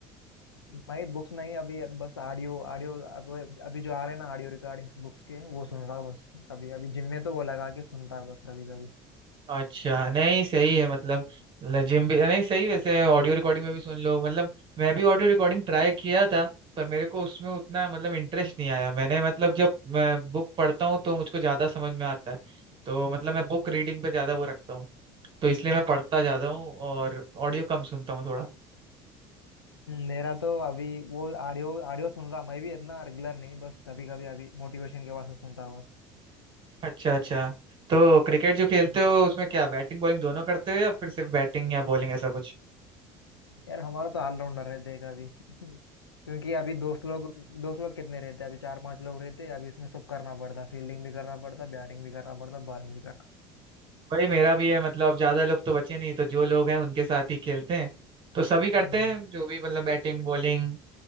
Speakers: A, on the left; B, on the right.
A: मैं बुक्स नहीं अभी बस ऑडियो ऑडियो अब अभी जो आ रहे हैं ना ऑडियो रिकॉर्डिंग्स बुक्स के वो सुन रहा हूँ बस कभी अभी जिम में तो वो लगा के सुनता है बस कभी कभी
B: अच्छा नहीं सही है मतलब जिम भी नहीं सही वैसे ऑडियो रिकॉर्डिंग में भी सुन लो मतलब मैं भी ऑडियो रिकॉर्डिंग ट्राई किया था पर मेरे को उसमें उतना मतलब इंटरेस्ट नहीं आया मैंने मतलब जब मैं बुक पढ़ता हूँ तो मुझको ज्यादा समझ में आता है तो मतलब मैं बुक
A: हम्म,
B: रीडिंग पे ज्यादा वो रखता हूँ तो इसलिए मैं पढ़ता ज्यादा हूँ और ऑडियो कम सुनता हूँ थोड़ा
A: मेरा तो अभी वो ऑडियो ऑडियो सुन रहा मैं भी इतना रेगुलर नहीं बस कभी कभी अभी मोटिवेशन के वास्ते सुनता हूँ बस
B: अच्छा अच्छा तो क्रिकेट जो खेलते हो उसमें क्या बैटिंग बॉलिंग दोनों करते हो या फिर सिर्फ बैटिंग या बॉलिंग ऐसा कुछ
A: यार हमारा तो ऑलराउंडर है देख अभी <laughs> क्योंकि अभी दोस्त लोग दोस्त लोग कितने रहते हैं, अभी चार पांच लोग रहते हैं, अभी इसमें सब करना पड़ता फील्डिंग भी करना पड़ता बैटिंग भी करना पड़ता बॉलिंग भी करना
B: वही मेरा भी है मतलब ज्यादा लोग तो बचे नहीं तो जो लोग हैं उनके साथ ही खेलते हैं तो सभी करते
A: पड़ता
B: हैं जो भी मतलब बैटिंग बॉलिंग